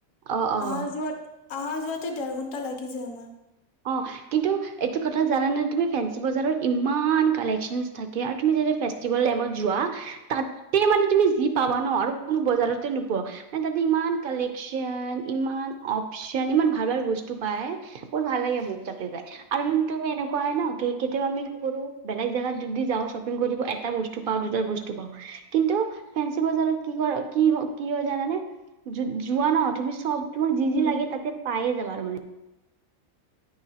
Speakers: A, on the right; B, on the left.
A: অ অ
B: অহা যোৱাত, অহা যোৱাত অহা যোৱাত দেৰ ঘন্টা লাগি যায় আমাৰ
A: অ' কিন্তু এইটো কথা জানানে তুমি ফেসি বজাৰত ইমান কালেকশন থাকে আৰু তুমি যেতিয়া ফেষ্টিভেল টাইমত যোৱা তাতে মানে তুমি যি পাবা ন আৰু কোনো বজাৰতে নোপোৱা মানে তাতে ইমান কালেকশ্যন ইমান। অপশচন ইমান ভাল ভাল বস্তু। পায়। বহুত ভাল লাগে বহুত যাতে যাই আৰু মানে তুমি এনেকুৱা হয় ন কি কেতিয়াবা আমি কি কৰো বেলেগ জেগাত যদি যাওঁ শ্বপিং কৰিব এটা বস্তু। পাওঁ দুটাই বস্তু পাওঁ কিন্তু। ফেঞ্চী বজাৰত কি কৰ কিহৰ। কি হয় জানানে যদি। যোৱা ন তুমি চববোৰ যি
B: উম
A: যি লাগে তাতে পায় যায়। বাৰ মানে